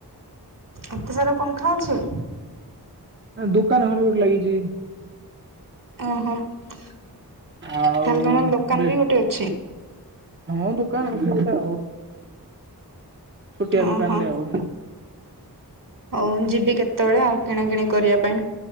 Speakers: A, on the right; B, on the right.
A: ଏତେ ସାରା ପଙ୍ଖା ଅଛି?
B: ଦୋକାନ ଘରେ ଗଟେ ଲାଗିଛି।
A: ଓହୋ, ତାହେଲେ
B: ଆଉ
A: ତମର ଦୋକାନ
B: ବେ
A: ବି ଗୋଟେ ଅଛି?
B: ହଁ ଦୋକାନା ଅଛି ଗୋଟେ ଆଉ। ଛୁଟିଆ ଦୋକାନଟେ
A: ଓହୋ
B: ଆଉ।
A: ହଉ ଯିବି କେତେବେଳେ ଆଉ କିଣାକିଣି କରିବା ପାଇଁ।